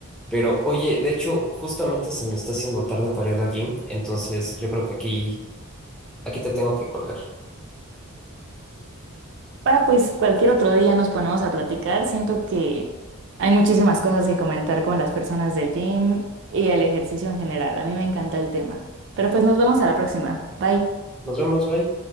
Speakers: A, in the centre; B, on the right (about 55°).
A: Pero oye, de hecho, justamente se me está haciendo tarde para ir al gym, entonces yo creo que aquí, aquí te tengo que colgar.
B: Ah, pues cualquier otro día nos ponemos a platicar. Siento que hay muchísimas cosas que comentar con las personas del gym y el ejercicio en general. A mí me encanta el tema. Pero pues nos vemos a la próxima. Bye.
A: Nos vemos, bye.